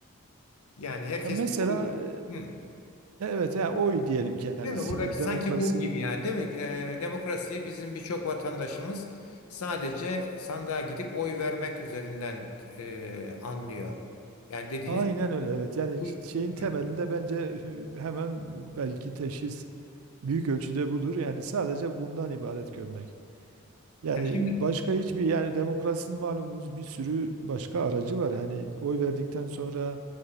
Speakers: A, on the left; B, on the right.
A: Yani herkesin
B: Ya mesela
A: oyun
B: e,
A: Hı.
B: Evet yani oy diyelim kendisini
A: Değil mi? Buradaki sanki
B: demokrasinin
A: bu gibi yani değil mi? E, demokrasiyi bizim birçok vatandaşımız sadece sandığa gidip oy vermek üzerinden e, anlıyor. Yani dediğiniz
B: aynen öyle evet yani
A: bu.
B: şeyin temelinde
A: Hı.
B: bence <laughs> hemen belki teşhis büyük ölçüde budur yani sadece bundan ibaret görmek. Yani
A: Yani şimdi
B: başka hiçbir yani demokrasinin malumunuz bir sürü başka aracı var yani oy verdikten sonra